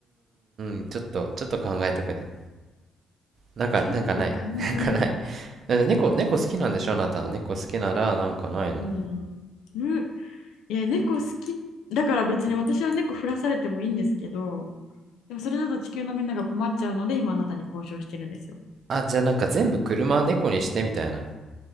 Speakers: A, on the right; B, on the left.
A: ん、ちょっと、ちょっと考えとくね。なんか、
B: ちょっと考
A: なんかない。<laughs> なんかない。
B: える。
A: だって猫、猫好きなんでしょあなた。猫好きなら、なんかないの。
B: うん。む、いや、猫好き。だから別に私は猫振らされてもいいんですけど、でもそれだと地球のみんなが困っちゃうので、今あなたに交渉してるんですよ。
A: あ、じゃあなんか全部車猫にしてみたいな。